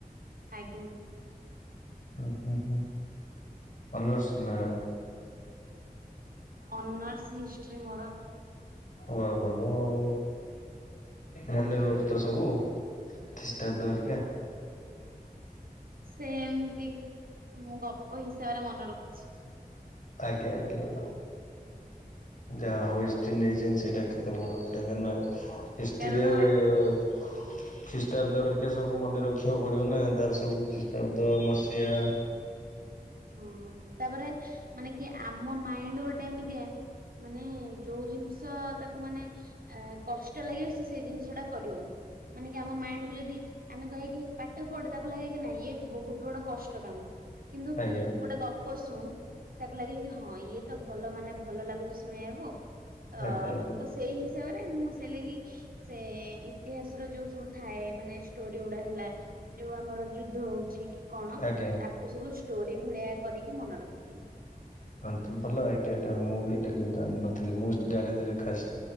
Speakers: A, on the right; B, on the left.
A: ଆଜ୍ଞା।
B: ଉଁ ହୁଁ ହୁଁ ଅନର୍ସ ନା
A: ଅନର୍ସ ହିଷ୍ଟ୍ରି ମୋର।
B: ଓ ଆ ଭଲ ଆଉ ମନେ ରହୁଛି
A: ଆଜ୍ଞା
B: ତ ସବୁ। ଖ୍ରୀଷ୍ଟାବ୍ଦ ହେରିକା।
A: ସେମତି ମୁଁ ଗପ ହିସାବରେ ମନେ ରଖୁଛି।
B: ଆଜ୍ଞା ଆଜ୍ଞା। ଯାହା ହଉ ହିଷ୍ଟ୍ରି ନେଇଛନ୍ତି ସେଇଟା କେତେ ବଡ କଥା କାହିଁକି ନା ହିଷ୍ଟ୍ରିରେ।
A: କାରଣ
B: <inaudible> ଖ୍ରୀଷ୍ଟାବ୍ଦ ହେରିକା ସବୁ ମନେ ରଖିବାକୁ ପଡିବ ନା ତାର ସବୁ ଖ୍ରୀଷ୍ଟାବ୍ଦ ମସିହା
A: ହଁ ତାପରେ ମାନେ କି ଆମ ମାଇଣ୍ଡ ଗୋଟେ ଏମିତିଆ ମାନେ ଯୋଉ ଜିନିଷ ତାକୁ ମାନେ କଷ୍ଟ ଲାଗିବ ସେ ସେଇ ଜିନିଷ ଟା କରିବନି। ମାନେ କି ଆମ ମାଇଣ୍ଡ କୁ ଯଦି ଆମେ କହିବାକି ପାଠ ପଢ ତାକୁ ଲାଗେ କି ନାଇଁ ଇଏ ବହୁତୁ ବଡ କଷ୍ଟ କାମ କିନ୍ତୁ କି
B: ଆଜ୍ଞା ଆଜ୍ଞା
A: ଗୋଟେ ଗପ ଶୁଣୁ ତାକୁ ଲାଗିବ କି ହଁ ଇଏ ତ ଭଲ ମାନେ ଭଲ ଲାଗୁଛି। ଶୁଣିବାକୁ ତ
B: ଆଜ୍ଞା
A: ତ ସେଇ ହିସାବରେ ମୁଁ ସେଇ ଲାଗି ସେ ଇତିହାସର ଯୋଉ ସବୁ ଥାଏ ମାନେ ଷ୍ଟୋରି ଗୁଡା ହେଲା ଯୋଉ ଆମର ଯୁଦ୍ଧ ହଉଚି କି କଣ
B: ଆଜ୍ଞା।
A: ତାକୁ ସବୁ ଷ୍ଟୋରି ଭଳିଆ କରିକି ମନେ ରଖିଦିଏ।
B: ହଁ ତ ଭଲ ଆଇଡିଆ ଟା ମୁଁ ବି ଏଇଟାକୁ ଜାଣିନଥିଲି ମୁଁ ଜାଣିିଦେଲି ଖାସ